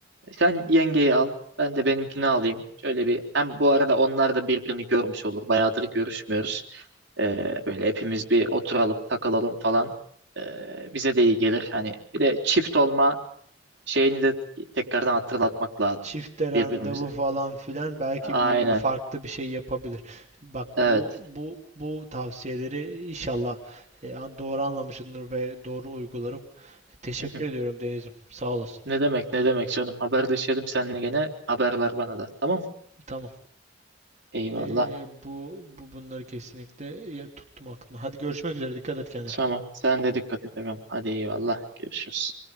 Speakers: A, on the right (about 70°); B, on the right (about 40°).
A: E, Sen yengeyi al, ben de benimkini alayım. Şöyle bir hem bu arada onlar da birbirini görmüş olur. Bayağıdır görüşmüyoruz. Ee, böyle hepimiz bir oturalım, takılalım falan. Ee, bize de iyi gelir. Hani bir de çift olma şeyini de tekrardan hatırlatmak lazım
B: çifte randevu
A: birbirimize.
B: falan filan belki
A: Aynen.
B: bir farklı bir şey yapabilir. Bak
A: Evet.
B: bu bu bu tavsiyeleri inşallah e, an- doğru anlamışsındır ve doğru uygularım. Teşekkür
A: <laughs>
B: ediyorum Deniz'im. Sağ olasın.
A: Ne demek ne demek canım. Haberleşelim seninle gene. Haber ver bana da. Tamam.
B: Tamam.
A: Eyvallah.
B: E, bu bu bunları kesinlikle ya, tuttum aklımda. Hadi görüşmek üzere. Dikkat et kendine.
A: Tamam. Sen de dikkat et. ağam. Hadi eyvallah. Görüşürüz.